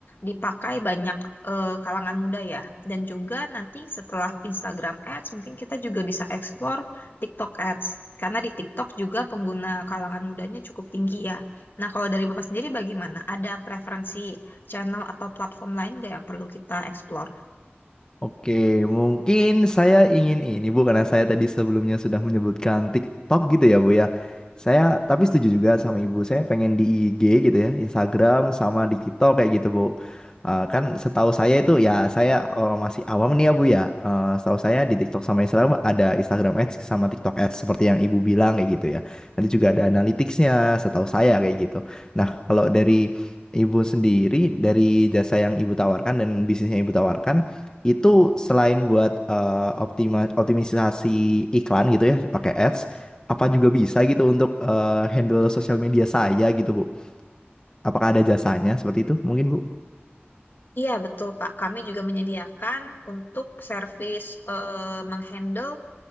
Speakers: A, on the left; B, on the left.
A: dipakai banyak eh, kalangan muda ya. Dan juga nanti setelah Instagram Ads mungkin kita juga bisa explore TikTok Ads. Karena di TikTok juga pengguna kalangan mudanya cukup tinggi ya. Nah, kalau dari Bapak sendiri bagaimana? Ada preferensi channel atau platform lain nggak yang perlu kita explore?
B: Oke, mungkin saya ingin ini Bu karena saya tadi sebelumnya sudah menyebutkan TikTok gitu ya Bu ya. Saya tapi setuju juga sama Ibu. Saya pengen di IG gitu ya, Instagram sama di TikTok kayak gitu Bu. Eh, kan setahu saya itu ya saya orang masih awam nih ya Bu ya. Eh, setahu saya di TikTok sama Instagram ada Instagram Ads sama TikTok Ads seperti yang Ibu bilang kayak gitu ya. Tadi juga ada analyticsnya setahu saya kayak gitu. Nah, kalau dari Ibu sendiri dari jasa yang ibu tawarkan dan bisnis yang ibu tawarkan itu selain buat eh, optima- optimisasi iklan gitu ya pakai ads apa juga bisa gitu untuk eh, handle sosial media saya gitu Bu apakah ada jasanya seperti itu mungkin Bu
A: Iya, betul, Pak. Kami juga menyediakan untuk servis eh, menghandle